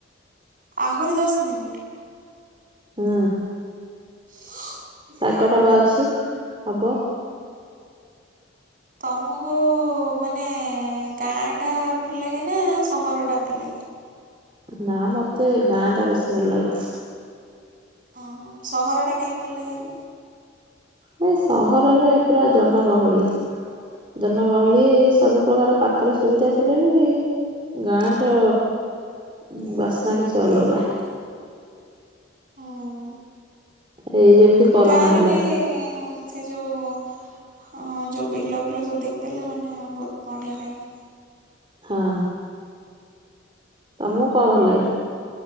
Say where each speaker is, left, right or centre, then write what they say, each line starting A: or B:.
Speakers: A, on the right; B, on the right.
A: ଆହୁରି ଦଶ ମିନିଟ୍?
B: ହୁଁ।
A: <inaudible>
B: ଶାଗ ଟା ପା ଅଛି ହବ।
A: ତମକୁ ମାନେ ଗାଁ ଟା ଭଲ ଲାଗେ ନା ସହର ଟା ଭଲ ଲାଗେ?
B: ନା ମତେ ଗାଁ ଟା ବେଶୀ ଭଲ ଲାଗେ।
A: ଅଁ ହଁ ସହରଟା କାଇଁ ଭଲ ଲାଗେନି?
B: ନାଇଁ ସହରରେ ପୁରା ଜନଗହଳି। ଜନଗହଳି
A: ହୁଁ
B: ସବୁ ପ୍ରକାର ପା ଖରେ ସୁବିଧା ଥିଲେ ବି ଗାଁ ର ଉଁ ବାସ୍ନା କିଛି ଅଲଗା।
A: ହୁଁ
B: ଏଇ ଯେମିତି କରୋନା
A: ଗାଁରେ
B: ହେଲା।
A: ବି ସେ ଯୋଉ ହଁ ଯୋଉ ବିଲ ଫିଲ ସବୁ ଦେଖିଦେଲେ ମାନେ ବହୁତ ବଢିଆ ଲାଗେ।
B: ହଁ ତମକୁ କଣ ଭଲ ଲାଗେ?